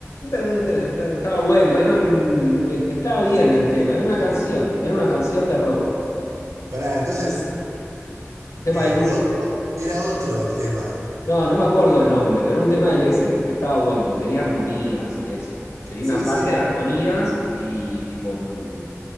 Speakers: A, on the left (about 70°); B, on the right (about 80°).
A: Estaba bueno, era un, eh, estaba bien el tema, era una canción, era una canción de rock.
B: Pará, entonces,
A: Un tema
B: eh,
A: del-
B: roto era otro el tema.
A: No, no me acuerdo el nombre, pero un tema del ese, que estaba bueno, que tenía armonías y eso. Tenía
B: Sí,
A: una parte
B: sí,
A: de armonías y tipo un...